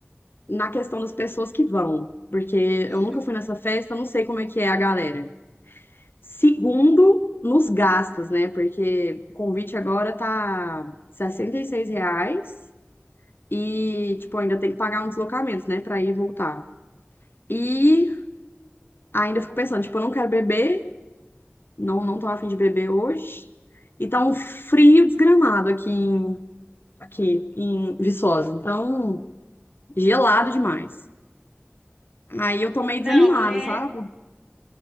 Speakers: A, on the left; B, on the right.
A: na questão das pessoas que vão, porque
B: <laughs>
A: eu nunca fui nessa festa, eu não sei como é que é a galera. Segundo, nos gastos, né? Porque o convite agora tá R$ 66 reais e, tipo, ainda tem que pagar um deslocamento, né? Pra ir e voltar. E ainda fico pensando, tipo, eu não quero beber, não, não tô afim de beber hoje. E tá um frio desgramado aqui em, aqui em Viçosa. Então, gelado demais. Aí eu tô meio
B: Não,
A: desanimada,
B: né?
A: sabe?